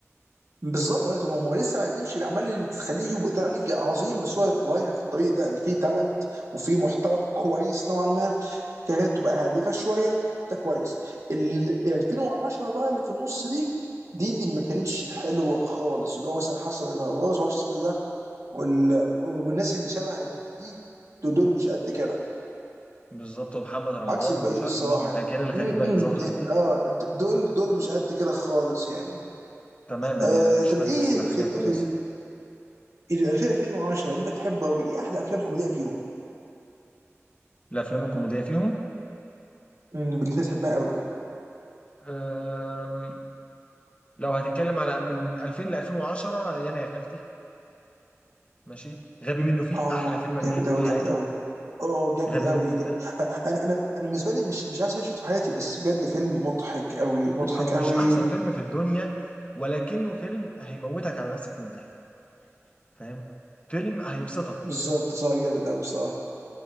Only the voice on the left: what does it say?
بالظبط ومحمد رمضان
ومش عارف
مين الأجيال الغريبة
اللي ظهرت دي
تماما
يعني أنا مش
حاسس
بحاجة
كويسة
الأفلام الكوميدية فيهم
أم، لو هتتكلم على من 2000 ل 2010 يانا يا خالتي ماشي غبي منه فيه
احلى فيلم انا
بحبه
في حياتي
غبي
منه فيه
ده
او مش
احسن فيلم في الدنيا ولكنه فيلم هيموتك على نفسك من الضحك فاهم فيلم هيبسطك